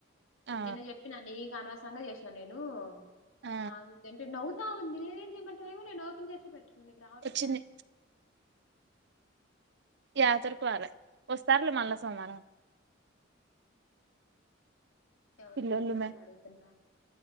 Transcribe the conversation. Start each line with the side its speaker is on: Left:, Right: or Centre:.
Right: ఆ
Left: <inaudible> నిన్న చెప్పినా నీకు అనవ సంగా చేసినాను నేను
Right: ఆ
Left: నాకొద్దు అంటే నవు అ ఉంది నేనేం చేయమంటావ్ నేను ఓపెన్ చేసే పెట్ను నేను రావట్లేదు
Right: వచ్చింది
Left: అంట
Right: యాతరుకురాలే
Left: నేను
Right: వస్తా మళ్ళ సోమవారం
Left: ఎవరు
Right: పిల్లోళ్ళు
Left: ఊర్ల వాళ్ళ అడుగుతుండ